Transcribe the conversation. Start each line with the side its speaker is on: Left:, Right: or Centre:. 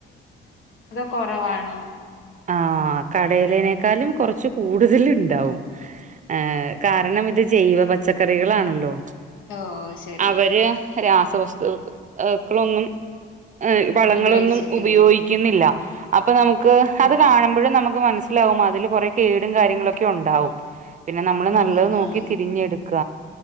Left: കുറവാണോ?
Right: ആഹ് കടയിലേനേക്കാളും കൊറച്ച് കൂടുതൽ ഇണ്ടാവും ഏഹ് കാര്ണം ഇത് ജൈവ പച്ച പച്ചക്കറികളാണല്ലോ
Left: ഓ ശരി
Right: അവര് രാസ് വസ്തുൾ ഇക്കളൊന്നും എഹ് വളങ്ങളൊന്നും
Left: ഉപയോഗിച്ചിട്ടില്ല
Right: ഉപയോഹിക്കുന്നില്ല അപ്പൊ നമുക്ക് അത്
Left: ഓ
Right: കാണുമ്പഴും നമുക്ക് ത് മനസിലാവും അതില് കൊറെ കേടും കാര്യങ്ങളൊക്കെ ഉണ്ടാവും പിന്നെ നമ്മള്
Left: ഉം
Right: നല്ലത് നോക്കി
Left: ആണ്
Right: തിരിഞ്ഞെടുക്ക